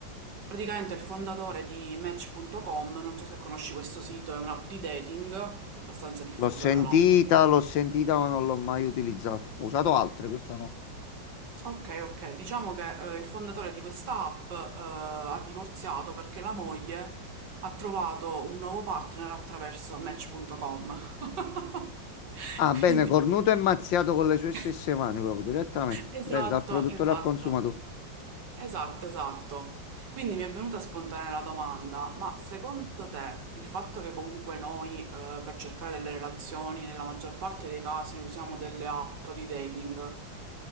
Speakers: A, on the right; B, on the left.
A: Praticamente il fondatore di Match.com, non so se conosci questo sito, è un'app di dating, abbastanza diffusa
B: L'ho sentita,
A: tra l'altro.
B: l'ho sentita, ma non l'ho mai utilizzata. Ho usato altre, questa no.
A: Ok, ok, diciamo che eh, il fondatore di questa app eh, ha divorziato perché la moglie ha trovato un nuovo partner attraverso Match.com. <laughs>
B: Ah, bene,
A: Quindi,
B: cornuto e mazziato con le sue stesse
A: <laughs>
B: mani, proprio direttamente.
A: esatto,
B: Bene, dal produttore
A: esatto.
B: al consumatore.
A: Esatto, esatto. Quindi mi è venuta spontanea la domanda, ma secondo te il fatto che comunque noi eh, per cercare delle relazioni nella maggior parte dei casi usiamo delle app di dating,